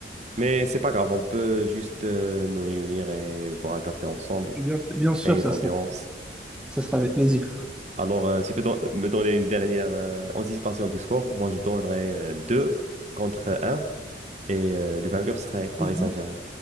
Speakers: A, on the right; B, in the centre.
A: Mais c'est pas grave, on peut juste euh, nous réunir et boire un café ensemble,
B: Bien- bien
A: créer
B: sûr, ça
A: de l'ambiance.
B: sera, ça sera avec plaisir.
A: Alors, euh, si tu peux don- me donner une dernière euh, anticipation du score. Moi, je donnerais euh, 2 contre un et euh, le vainqueur serait Paris
B: Mhm.
A: Saint-Germain.